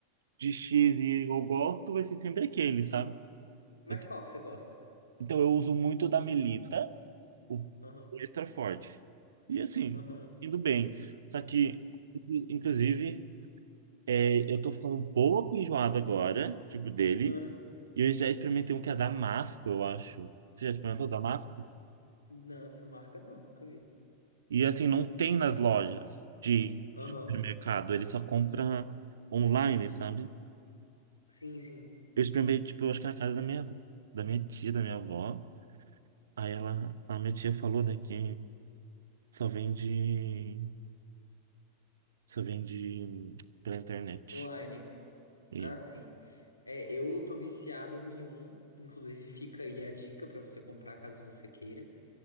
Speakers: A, on the right (about 65°); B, on the left (about 80°).
A: de X e eu gosto, vai ser sempre aquele, sabe?
B: Mas
A: Eu te-
B: qual que você gosta?
A: então eu uso muito da Melita, o, o
B: Aham,
A: extra forte. E assim,
B: aham.
A: indo bem. Só que, inclu- inclusive, é, eu tô ficando um pouco enjoado agora, tipo, dele.
B: ah.
A: E eu já experimentei um que é Damasco, eu acho. Você já experimentou Damasco?
B: Não, essa marca não, nunca vi.
A: E assim, não tem nas lojas de
B: Aham.
A: supermercado, ele só compra online, sabe?
B: Sim, sim.
A: Eu experimentei, tipo, eu acho que na casa da minha, da minha tia, da minha avó. Aí ela, a minha tia falou, né, que só vende, só vende pela internet.
B: Online.
A: Isso.
B: Ah, sim. É, eu tô viciado em um. Inclusive, fica aí a dica pra você comprar caso você queira.